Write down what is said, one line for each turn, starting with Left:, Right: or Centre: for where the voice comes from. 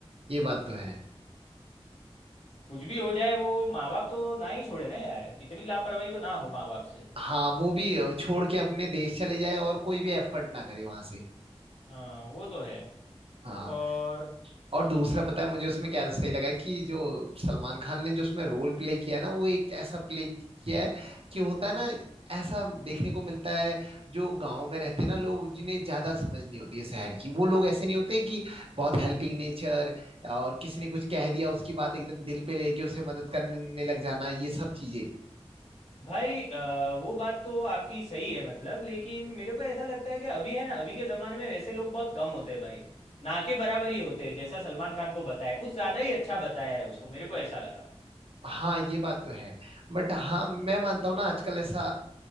Right: ये बात तो है
Left: कुछ भी हो जाए वो माँ बाप तो ना ही छोड़े ना यार इतनी लापरवाही तो ना हो माँ बाप से
Right: हाँ वो भी अ, छोड़ के अपने देश चले जाए और कोई भी एफर्ट ना करे वहां से
Left: हाँ वो तो है
Right: हाँ
Left: और
Right: और दूसरा पता है मुझे उसमें क्या सही लगा कि जो सलमान खान ने जो उसमें रोल प्ले किया है ना वो एक ऐसा प्ले किया है कि होता है ना ऐसा देखने को मिलता है जो गांव में रहते हैं ना लोग जिन्हें ज्यादा समझ नहीं होती है शहर की वो लोग ऐसे नहीं होते हैं कि बहुत हेल्पिंग नेचर और किसी ने कुछ कह दिया उसकी बात एकदम दिल पे लेके उसे मदद करने लग जाना ये सब चीजें
Left: भाई अ, वो बात तो आपकी सही है मतलब लेकिन मेरे को ऐसा लगता है कि अभी है ना अभी के ज़माने में वैसे लोग बहुत कम होते हैं भाई ना के बराबर ही होते हैं जैसा सलमान खान को बताया कुछ ज़्यादा ही अच्छा बताया है उसको मेरे को ऐसा लगा
Right: हाँ ये बात तो है बट हाँ मैं मानता हूँ ना आजकल ऐसा